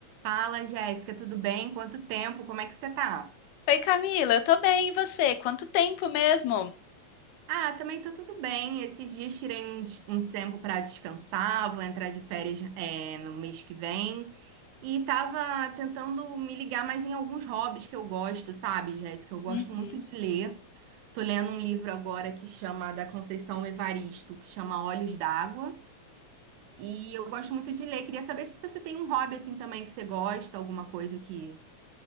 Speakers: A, on the right (about 80°); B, on the left (about 80°).
A: Fala, Jéssica, tudo bem? Quanto tempo? Como é que você tá?
B: Oi, Camila, eu tô bem, e você? Quanto tempo mesmo?
A: Ah, também tô tudo bem. Esses dias tirei um, um tempo pra descansar, vou entrar de férias, é, no mês que vem. E tava tentando me ligar mais em alguns hobbies que eu gosto, sabe, Jéssica? Eu gosto
B: Uhum.
A: muito de ler. Tô lendo um livro agora que chama da Conceição Evaristo, que chama Olhos d'Água. E eu gosto muito de ler. Queria saber se você tem um hobby assim também que você gosta, alguma coisa que